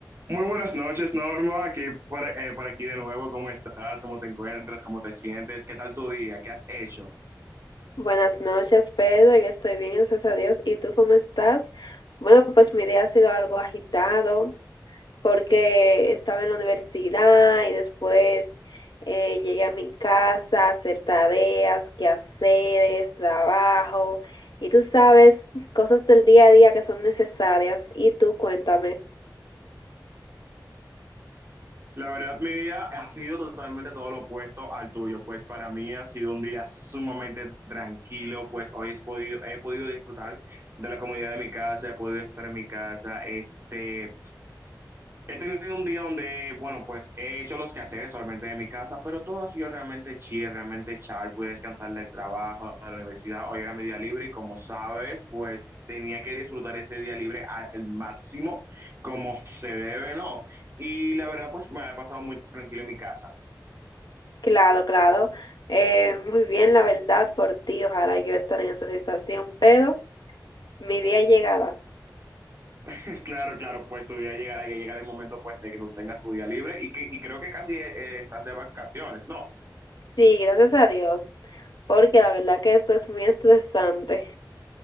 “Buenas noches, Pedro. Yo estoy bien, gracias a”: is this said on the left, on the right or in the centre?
Left